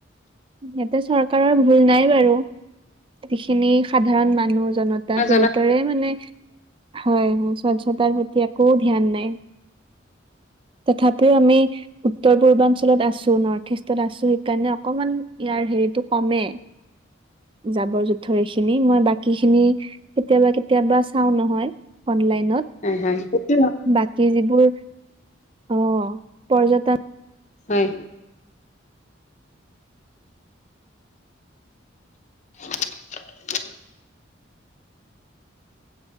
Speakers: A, on the right (about 25°); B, on the left (about 35°).
A: সিহঁতে চৰকাৰৰ ভুল নাই বাৰু <unintelligible> খিনি সাধাৰণ মানুহ জনতা
B: মই
A: সিহঁতৰে
B: জনাত
A: মানে হয় হয় স্বচ্ছতাৰ প্ৰতি একো ধ্যান নাই তথাপিও আমি উত্তৰ পূৰ্বাঞ্চলত আছো নৰ্থ ইষ্টত আছো সেইকাৰণে অকমান ইয়াৰ হেৰিতটো কমে জাবৰ জোথৰ এইখিনি মই বাকী খিনি কেতিয়াবা, কেতিয়াবা কেতিয়াবা চাও নহয় অনলাইনত
B: হয় হয় সেইটো
A: বাকী যিবোৰ অ পৰ্যটন
B: হয় <unintelligible>